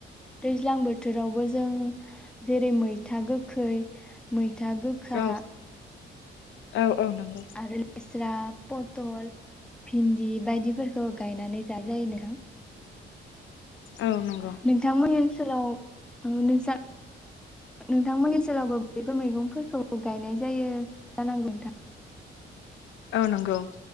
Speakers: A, in the centre; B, on the left.
A: दैज्लां बोथोरावबो जों जेरै मै मैथा गोखै मैथा गोखा
B: औ औ औ नंगौ
A: आरो लेस्रा पथल भिन्दि बायदिफोरखौ गायनानै जा जायो नोंथां
B: औ नंगौ
A: नोंथांमोन ओनसोलाव औ नोंसा नोंथांमोननि ओनसोलावबो बेफोर मैगं फोरखौ गायनाय जायो जानांगौ नोंथां
B: औ नंगौ